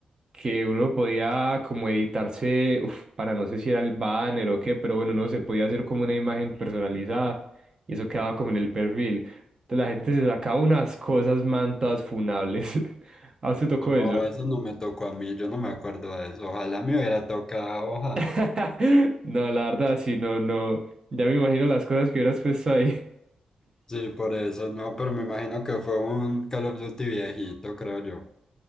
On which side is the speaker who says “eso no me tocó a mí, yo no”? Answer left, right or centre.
Left